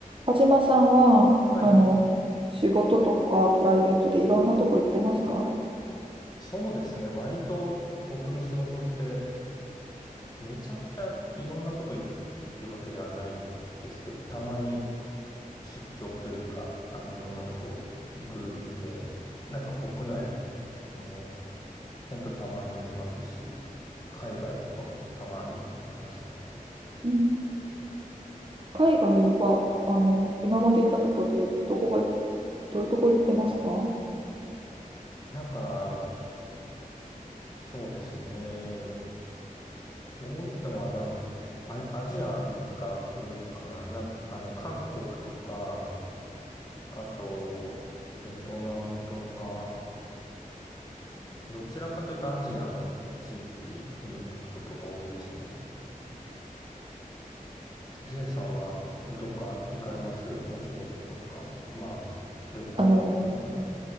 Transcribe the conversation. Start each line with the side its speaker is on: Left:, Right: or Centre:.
Right: 田島さんは、
Left: はい。
Right: あの、仕事とかプライベートでいろんなとこ行ってますか
Left: そうですね。割と僕の仕事ってめちゃくちゃいろんなとこ行くってわけではないですけど、たまに出張というか、あの、いろんなとこ行くんで、なんか国内も本当にたまに行きますし、海外とかもたまに行きますね。
Right: うん、海外は、あの、今まで行ったとこで、どこがい、どういうとこ行ってますか
Left: なんか、そうですね。多いのはなんか、ア、アジアが多いかな。なんあの、韓国とか、あと、ベトナムとか、どちらかというとアジアの地域に行くことが多いですね。J さんはどっか行かれますお仕事とか、まあ、旅行とかで。
Right: あの、